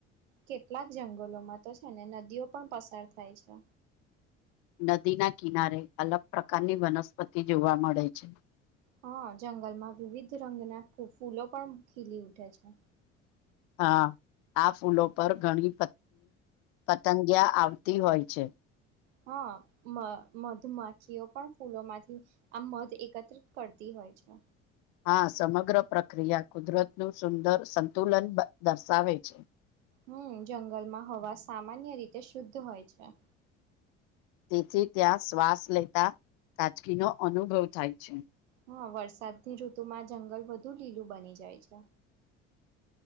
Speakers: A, on the right; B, on the left.
A: કેટલાક જંગલોમાં તો છે ને નદીઓ પણ પસાર થાય છે.
B: નદીના કિનારે અલગ પ્રકારની વનસ્પતિ જોવા મળે છે.
A: હા જંગલમાં વિવિધ રંગના ફૂલો પણ ખીલી ઉઠે છે.
B: હા આ ફૂલો પર ઘણી પતંગિયા આવતી હોય છે.
A: હા મધુમાખીઓ પણ ફૂલો માંથી આમ મધ એકત્રિત કરતી હો. હોય છે.
B: હા સમગ્ર પ્રક્રિયા કુદરતનું સુંદર સંતુલન દર્શાવે છે.
A: હમ જંગલમાં હવા સામાન્ય રીતે શુદ્ધ હોય છે.
B: તેથી ત્યાં શ્વાસ લેતા તાજકીનો અનુભવ થાય છે.
A: હા વરસાદની ઋતુમાં જંગલ વધુ લીલું બની જાય છે.